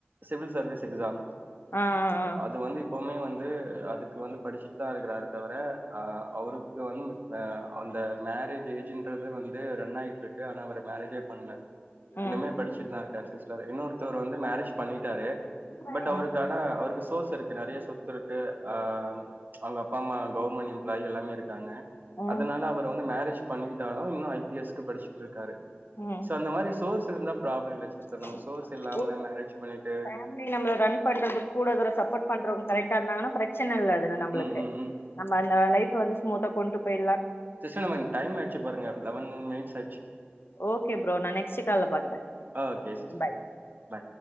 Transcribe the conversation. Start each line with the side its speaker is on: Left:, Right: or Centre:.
Right: சிவில் சர்வீஸ் எக்ஸாம்
Left: ஆ ஆ ஆ
Right: அது வந்து இப்பவுமே வந்து து அதுக்கு வந்து படிச்சட்டு தான் இருக்கிறரு தவிர அவருக்கு வந்து அந்த மேரேஜ் ஏஜ்ன்றது வந்து ரன் ஆயிட்டுருக்கு ஆனா அவரு மேரேஜே பண்ல
Left: ம்
Right: இன்னுமே படிச்சுட்டு தான் இருக்காரு சிஸ்டர் இன்னொருத்தர் வந்து மேரேஜ் பண்ணிட்டாரு
Left: ம்
Right: பட் அவருக்கான அவருக்கு சோஸ் சொத்து இருக்கு நிறைய சொத்து இருக்கு அ ப்ச் அவங்க அப்பா அம்மா கவுவர்மெண்ட் எம்ப்ளாயி எல்லாமே இருக்காங்க
Left: ம்
Right: அதனால அவர் வந்து மேரேஜ் பண்ணிட்டாலு இன்னும் ஐ பி எஸ் கு படிச்சு ட்ருக்காரு
Left: ம்
Right: சோ அந்த மாரி சோர்ஸ் வச்சிருந்தா ப்ராப்ளம் இல்ல சிஸ்டர்
Left: <unintelligible>
Right: நம்ம சோர்ஸ் இல்லாம மேரேஜ் பண்ணிட்டு
Left: ஃபேமிலி நம்மள ரன் பண்றதுக்கு கூட ஒரு சப்போர்ட் பண்றோ கரெக்டா இருந்தாங்கனா பிரச்சன <unintelligible> நம்பளுக்கு
Right: ம் ம் ம்
Left: நம்ம அந்த லைப் வந்து ஸ்மூதா கொண்டு போய்டா
Right: சிஸ்டர் நம்ம டைம் ஆயிச்சு பாருங்க லெவன் மினிட்ஸ் ஆ <unintelligible>
Left: ஓகே ப்ரோ நான் நெக்ஸ்ட் கால்ல பாக்குறேன்
Right: ஆ ஓகே சிஸ்டர்
Left: பாய்
Right: பாய்